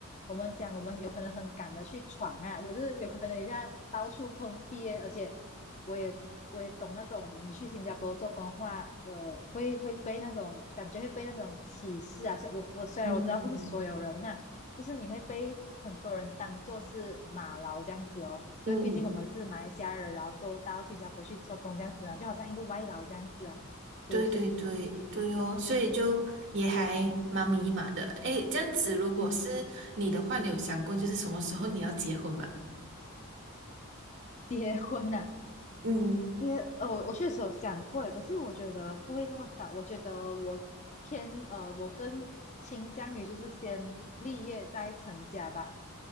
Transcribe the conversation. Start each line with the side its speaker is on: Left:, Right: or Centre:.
Left: 我们讲我们有可能很赶的去闯啊，可是有可能一下到处碰壁耶而且。我也我也懂那种你去新加坡做工的话，呃，会会被那种感觉会被那种歧视啊。虽我我虽然我知道不是所有人呐、
Right: 嗯嗯。
Left: 就是你会被很多人当做是马劳这样子哦。就是毕竟我们是马来西亚人，
Right: 嗯
Left: 然后过到新加坡去做工这样子啊，就好像一个外劳这样子啊，
Right: 对对对对哦，
Left: 是不是？
Right: 所以就也还蛮迷茫的。诶，这样子，如果是你的话，
Left: 嗯，
Right: 你有想过就是什么时候你要结婚吗？
Left: 结婚呐、
Right: 嗯。
Left: 也呃，我我确实有想过耶，可是我觉得不会这么早。我觉得我偏呃，我更倾向于就是先立业再成家吧，